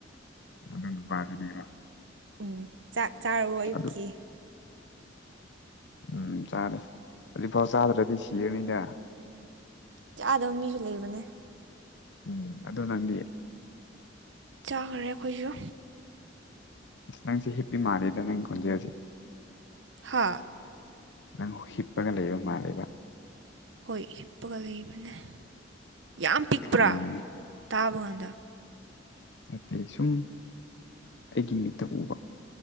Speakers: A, on the left (about 65°); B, on the right (about 75°).
A: ꯑꯣ ꯅꯨꯄꯥꯗꯨꯅꯦꯕ
B: ꯎꯝ ꯆꯥꯛ ꯆꯥꯔꯕꯣ ꯑꯌꯨꯛꯀꯤ
A: ꯑꯗꯨ ꯎꯝ ꯆꯥꯔꯦ ꯍꯧꯖꯤꯛꯐꯥꯎ ꯆꯥꯗ꯭ꯔꯗꯤ ꯁꯤꯔꯅꯤꯗ
B: ꯆꯥꯗꯕ ꯃꯤꯁꯨ ꯂꯩꯕꯅꯦ
A: ꯎꯝ ꯑꯗꯣ ꯅꯪꯗꯤ
B: ꯆꯥꯈ꯭ꯔꯦ ꯑꯩꯈꯣꯏꯖꯨ
A: ꯅꯪꯁꯦ ꯍꯤꯞꯄꯤ ꯃꯥꯂꯦꯗ ꯅꯪ ꯈꯣꯟꯖꯦꯜꯁꯦ
B: ꯍꯥ
A: ꯅꯪ ꯍꯤꯞꯄꯒ ꯂꯩꯕ ꯃꯥꯜꯂꯦꯕ
B: ꯍꯣꯏ ꯍꯤꯞꯄꯒ ꯂꯩꯕꯅꯦ ꯌꯥꯝ ꯄꯤꯛꯄ꯭ꯔꯥ
A: ꯈꯪꯉꯦ
B: ꯇꯥꯕ ꯀꯥꯟꯗ
A: ꯑꯇꯦ ꯁꯨꯝ ꯑꯩꯒꯤ ꯃꯤꯠꯇ ꯎꯕ